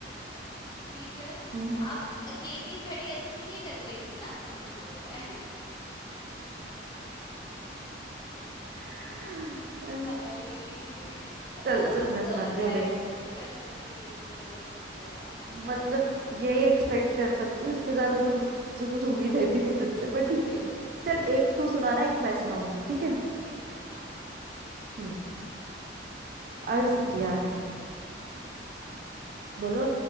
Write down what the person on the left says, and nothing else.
टीचर,
"आप अकेली खड़ी अच्छी नहीं लग रही थी ना?" चिंटू बोलता है।
भाई आ,
मुझसे
और क्या
एक्सपेक्ट कर सकती है तू गंदे जोक्स के अलावा हम्म
बता
<laughs>
ठीक है हाँ
हम्म